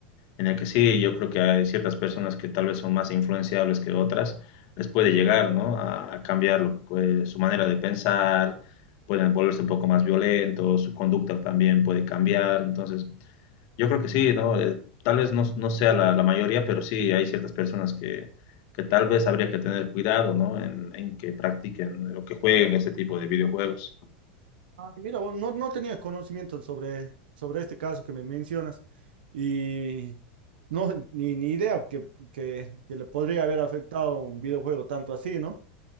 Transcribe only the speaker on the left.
en el que sí, yo creo que hay ciertas personas que tal vez son más influenciables que otras, les puede llegar, ¿no? A, a cambiar lo que- su manera de pensar, pueden volverse un poco más violentos, su conducta también puede cambiar. Entonces, yo creo que sí, ¿no? Eh, tal vez no, no sea la, la mayoría, pero sí hay ciertas personas que, que tal vez habría que tener cuidado, ¿no? En, en que practiquen o que jueguen ese tipo de videojuegos.